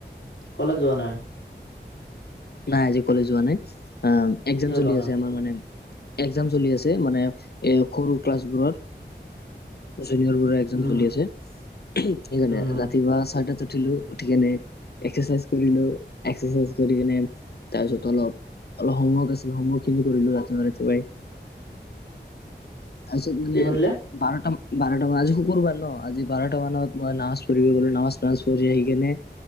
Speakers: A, on the left; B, on the left.
A: কলেজ যোৱা নাই?
B: নাই আজি কলেজ যোৱা নাই একজাম
A: কিয়
B: চলি
A: যোৱা নাই?
B: আছে আমাৰ মানে। একজাম চলি আছে মানে এ সৰু ক্লাছবোৰৰ। জুনিয়ৰ বোৰ একজাম
A: উম
B: চলি
A: উম
B: আছে সেইকাৰণে
A: উম
B: ৰাতিপুৱা চাৰ উঠিলো উঠি কেনে এক্সাৰচাইজ কৰিলো এক্সাৰাইজ কৰি কেনে। তাৰপিছত অলপ অলপ হোমৱৰ্ক আছিল হোমৰ্ক খিনি কৰিলো ৰাতিপুৱা ৰাতিপুৱাই।
A: <unintelligible>
B: তাৰপিছত মানে
A: কি কৰিলে
B: বাৰটাান বাৰটা মান আজি শুকুৰবাৰ ন আজি বাৰটা মানত মই নাচ পব গলো। নাজ নচ কৰি সেইখনে